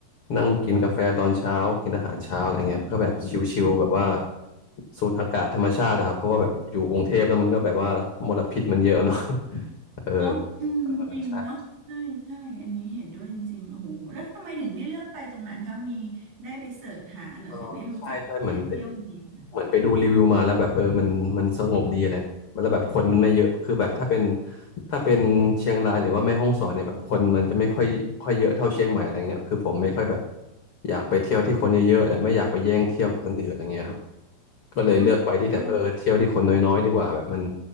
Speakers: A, on the left; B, on the right.
A: นั่งกินกาแฟตอนเช้ากินอาหารเช้าอะไรเงี้ยก็แบบชิลๆแบบว่าสูดอากาศธรรมชาตินะครับเพราะว่าแบบอยู่กรุงเทพแล้วมันก็แบบว่ามลพิษมันเยอะเนาะ <laughs> เออ
B: เนาะอืมจริงเนาะใช่ใช่อันนี้เห็นด้วยจริงๆโอ้โหแล้วทำไมถึงได้เลือกไปตรงนั้นคะมีได้ไปเสิร์ชหาเหรอถึงได้รู้จักแหล่งเที่ยวอันนี้ค่ะ
A: เออใช่เออใช่ใช่เหมือนไป เหมือนไปดูรีวิวมาแล้วแบบเออมันมันสงบดีอะไรแล้วแบบคนมันไม่เยอะคือแบบถ้าเป็นถ้าเป็นเชียงรายหรือว่าแม่ฮ่องสอนเนี่ยแบบคนมันจะไม่ค่อยค่อยเยอะเท่าเชียงใหม่อะไรเงี้ยคือผมไม่ค่อยแบบอยากไปเที่ยวที่คนเยอะๆไม่อยากไปแย่งเที่ยวคนอื่นอะไรเงี้ยครับก็เลยเลือกไปที่แบบเออเที่ยวที่คนน้อยๆดีกว่าแบบมัน
B: เนาะแย่ง